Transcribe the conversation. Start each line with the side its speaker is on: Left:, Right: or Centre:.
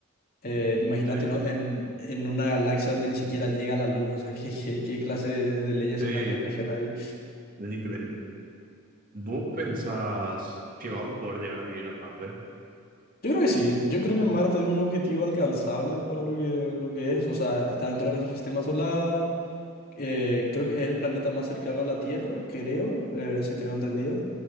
Left: eh, imagínate,
Right: Sí,
Left: ¿no? En, en una galaxia donde ni siquiera llega la luz, o sea, <laughs> ¿qué, qué, qué clase de, de leyes
Right: sí,
Left: son las que rigen ahí?
Right: Es increíble. ¿Vos pensás que vamos a poder llegar a vivir a Marte?
Left: Yo creo que sí, yo creo que Marte es un objetivo alcanzable para lo que, lo que es, o sea, está dentro de nuestro sistema solar, eh, creo que es el planeta más cercano a la Tierra, creo, eh, si tengo entendido.